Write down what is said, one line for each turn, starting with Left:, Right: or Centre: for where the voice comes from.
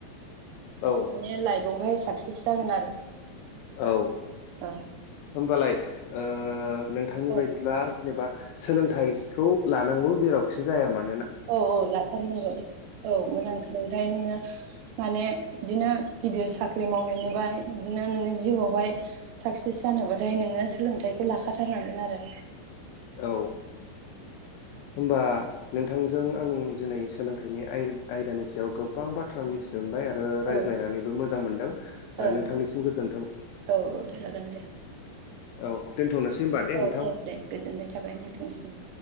Left: औ
Right: माने लाइभआवहाय साक्सेस जागोन आरो
Left: औ
Right: औ
Left: होनबालाय ओ नोंथांनि
Right: औ
Left: बायदिब्ला जेनेबा सोलोंथाइखौ लानांगौ जेरावखि जाया मानो
Right: औ औ लाथारनांगौ औ मोजां सोलोंथायाइ नोङो माने बिदिनो गिदिर साख्रि मावहैनोबा बिदिनो नोङो जिउआवहाय साक्सेस जानोबाथाय नोङो सोलोंथाइखौ लाखाथारनांगोन आरो।
Left: औ होमबा नोंथांजों आं दिनै सोलोंथाइनि आयदानि सायाव गोबां बाथ्रा मिथिनोमोनबाय आरो ओ रायज्लायनानैबो
Right: औ
Left: मोजां मोनदों
Right: ओं
Left: नोंथांनिसिम गोजोन्थों।
Right: औ जागोन दे
Left: औ दोनथनोसै। होमबा दे
Right: औ
Left: नोंथां
Right: औ दे गोजोननाय थाबाय नोंथांसिम।